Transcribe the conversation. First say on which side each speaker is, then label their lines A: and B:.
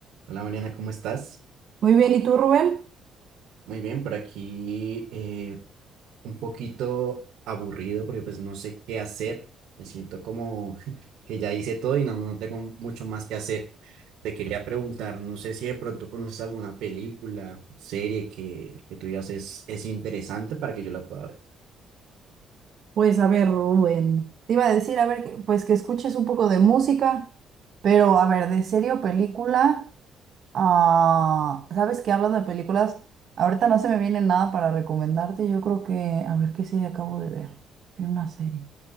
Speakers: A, on the right; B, on the right.
A: Hola Mariana, ¿cómo estás?
B: Muy bien, ¿y tú, Rubén?
A: Muy bien, por aquí eh, un poquito aburrido porque pues no sé qué hacer. Me siento como <laughs> que ya hice todo y no, no tengo mucho más que hacer. Te quería preguntar, no sé si de pronto conoces alguna película, serie que, que tú digas es, es interesante para que yo la pueda ver.
B: Pues a ver, Rubén, te iba a decir, a ver, que- pues que escuches un poco de música, pero a ver, de serie o película, ah, ¿sabes qué? Hablando de películas, ahorita no se me viene nada para recomendarte, yo creo que, a ver, ¿qué serie acabo de ver? Vi una serie.